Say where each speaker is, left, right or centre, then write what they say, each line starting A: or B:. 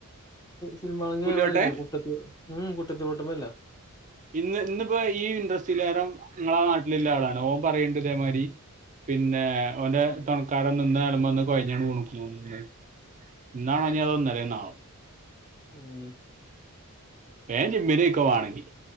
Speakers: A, on the left (about 15°); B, on the right (about 35°).
A: സിനിമാ
B: പുല്ലുവട്ടെ
A: ഇവിടെല്ല കുട്ടത്തി ഉം കുട്ടത്തിട്ട്പല്ല
B: ഇന്ന് ഇന്നിപ്പോ ഈ ഇൻട്രസ്റ്റ ലെകാരം ങ്ങളെ നാട്ടിലുള്ള ആളാണ് ഓൻ പറയണ്ട് ഇതേമാതിരി പിന്നെ ഓന്റെ തണക്കാരൻ നിന്നരുബം ഒന്നു കോഴഞ്ഞ കുണക്ക നിന്ന് ഇന്നണോ ഇനി അതൊ ഇല്ലാലെന്നാണോ
A: ഉം
B: വേഗം ജിമ്മിലേക്ക് കോ വോണോങ്കി